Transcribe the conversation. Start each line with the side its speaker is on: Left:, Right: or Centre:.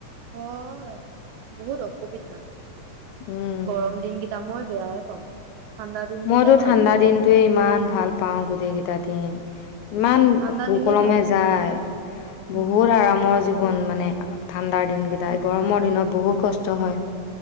Right: হয়, বহুত অসুবিধা।
Left: উম,
Right: গৰম দিনকেইটা মই বেয়াই পাওঁ। ঠাণ্ডা দিন কেইটাই
Left: মইতো
Right: ভাল
Left: ঠাণ্ডা
Right: পাওঁ
Left: দিনটোৱে
Right: মই
Left: ইমান ভাল পাওঁ গোটেই কেইটা দিন, ইমান
Right: ঠাণ্ডা
Left: সুকলমে
Right: দিনেই ভাল লাগে
Left: যায়,
Right: উম
Left: বহুত আৰামৰ জীৱন মানে ঠাণ্ডাৰ দিনকেইটাই, গৰমৰ দিনত বহুত কষ্ট হয়।